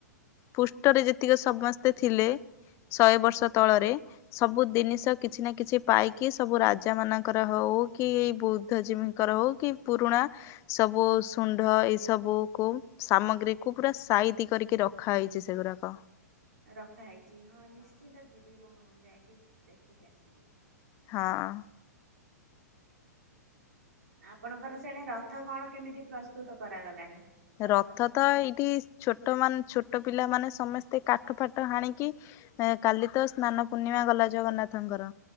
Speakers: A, on the left (about 30°); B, on the right (about 70°).
A: ପୃଷ୍ଠରେ ଯେତିକି ସମସ୍ତେ ଥିଲେ ଶହେ ବର୍ଷ ତଳରେ ସବୁ ଜିନିଷ କିଛି ନା କିଛି ପାଇକି ସବୁ ରାଜା ମାନଙ୍କର ହଉ କି ଏଇ ବୁଦ୍ଧ ଜୀବୀଙ୍କର ହଉ କି ପୁରୁଣା ସବୁ ଶୁଣ୍ଡ ଏଇ ସବୁ କୁ ସାମଗ୍ରୀ କୁ ପୁରା ସାଇତି କରିକି ର ଖାଇଚି ସେଗୁରାକ।
B: ରଖାହେଇଚି ହଁ ନିଶ୍ଚିନ୍ତ ଯିବି ମୁଁ ଯାଇଁକି ଦେଖିକି ଆସିବି।
A: ହଁ।
B: ଆପଣଙ୍କର ସେଣେ ରଥ କଣ କେମିତି ପ୍ରସ୍ତୁତ କରାଗଲାଣି? ପ୍ରସ୍ତାବ
A: ରଥ ତ ଏଇଠି ଛୋଟ ମାନ୍ ଛୋଟ ପିଲାମାନେ ସମସ୍ତେ କାଠ ଫାଠ ହାଣିକି କାଲି ତ ସ୍ନାନ ପୂର୍ଣ୍ଣିମା ଗଲା ଜଗନ୍ନାଥଙ୍କର।